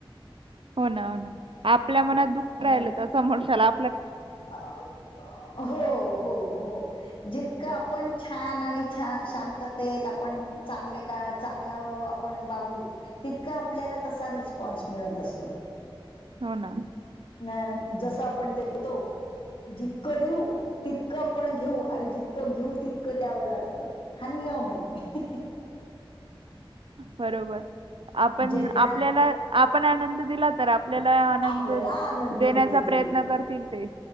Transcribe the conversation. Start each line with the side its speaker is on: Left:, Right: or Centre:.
Right: हो ना, हो ना आपल्या मनात दुःख
Left: अं,
Right: राहिलं तर समोरच्याला आप
Left: <unintelligible> हो, हो, हो जितकं आपण छान आणि छा शांत तेत आपण चांगले का चांगलं आपण वाघू तितका आपल्याला तसा रिस्पॉन्स मिळत असतो
Right: हो ना
Left: नाही जसं आपण देतो जितकं देऊ तितकं आपण घेऊ, आणि जितकं घेऊ तितकं द्यावं लागतं हा नियम आहे
Right: बरोबर आपण
Left: जे द्याल
Right: आपल्याला आपण आनंद दिला तर, आपल्याला आनंद
Left: आपल्याला आनंद
Right: देण्याचा
Left: मिळतो
Right: प्रयत्न करतील ते